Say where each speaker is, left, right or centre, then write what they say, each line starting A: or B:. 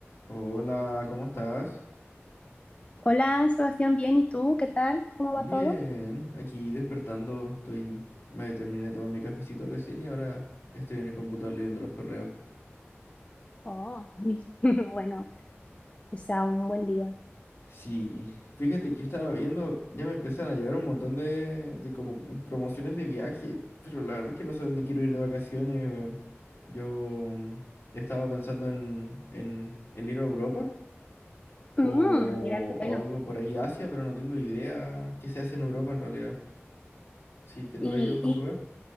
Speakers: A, on the left (about 60°); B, on the left (about 30°).
A: Hola, ¿cómo estás?
B: Hola, Sebastián, bien, ¿y tú? ¿Qué tal? ¿Cómo
A: Bien,
B: va todo?
A: aquí despertando, estoy, me terminé de tomar mi cafecito recién y ahora estoy en el computador leyendo los correos.
B: Oh, <laughs> bueno, está un buen día.
A: Sí, fíjate que estaba viendo, ya me empiezan a llegar un montón de, de como promociones de viaje, pero la verdad es que no sé dónde quiero ir de vacaciones, weón. Yo mm, estaba pensando en, en, en ir a Europa o,
B: Mm, mira qué bueno.
A: o algo por ahí, Asia, pero no tengo idea qué se hace en Europa en realidad. Si es que tú
B: ¿Y,
A: has ido a algún
B: y
A: lugar.